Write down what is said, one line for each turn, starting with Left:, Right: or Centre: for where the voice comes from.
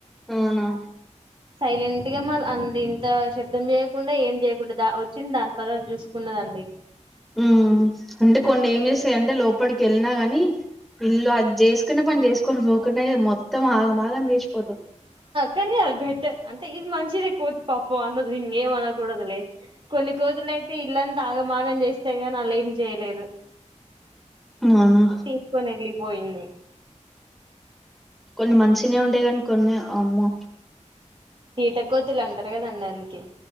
Centre: అవునా
Right: సైలెంట్ గా మ అంది ఇంత శబ్దం చేయకుండా ఏం చేయకుండా ద వచ్చింది దాని పని అది చూసుకున్నదండి
Centre: ఉమ్ అంటే కొన్ని ఏం చేస్తాయింటే లోపలికి వెళ్ళినా గాని ఇల్లు అది చేసుకునే పని చేసుకొని పోకుండా మొత్తం ఆగమాగం చేసిపోతుంది
Right: కాని అది బెట్టర్ అంటే ఇది మంచిదే కోది ప <unintelligible> పో అన్నది ఇంకేం అనకూడదులే కొన్ని కోతులు అయితే ఇల్లంతా ఆగమాగం చేస్తే గానీ ఆళ్లం చేయలేదు
Centre: అవునా
Right: తీసుకొని వెళ్ళిపోయింది
Centre: కొన్ని మంచినే ఉంటాయి కాని కొన్నే అమ్మో
Right: కీట కోతులు అంటారు కదండి అందుకే